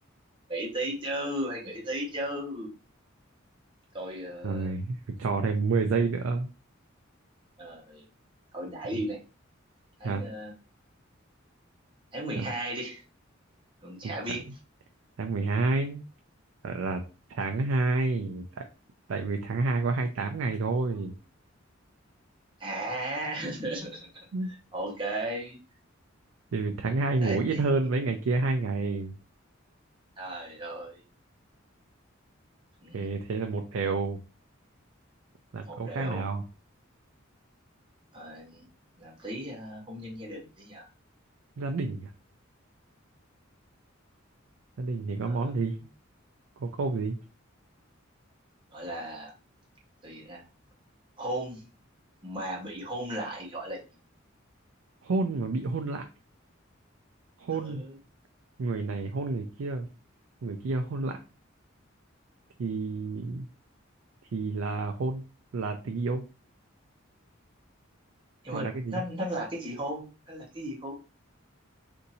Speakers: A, on the right; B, on the right.
A: nghĩ tí chứ phải nghĩ tí chứ tôi ờ,
B: Rồi, cho thêm 10 giây nữa.
A: ờ, thôi đại đi
B: Ừ.
A: này tháng
B: Hả?
A: ờ, tháng mười
B: tháng,
A: hai đi không chả biết
B: tháng tháng 12 gọi là tháng hai tại, tại vì tháng 2 có 28 ngày thôi
A: à <laughs>
B: Ừ.
A: ok
B: thì tháng hai ngủ
A: thế
B: ít
A: thì
B: hơn mấy ngày kia hai ngày
A: trời ơi ừ,
B: thì thế là một đều làm
A: một
B: câu
A: đều
B: khác nào
A: Ờ, làm tí ờ, hôn nhân gia đình đi nhờ
B: gia đình à? gia đình thì có
A: Ờ,
B: món gì có câu gì
A: gọi là từ gì ra hôn mà bị hôn lại gọi là gì
B: hôn mà bị hôn lại hôn
A: ừ.
B: người này hôn người kia người kia hôn lại thì thì là hôn là tình yêu
A: nhưng
B: chứ
A: mà
B: là cái gì
A: nó nó là cái gì hôn nó là cái gì hôn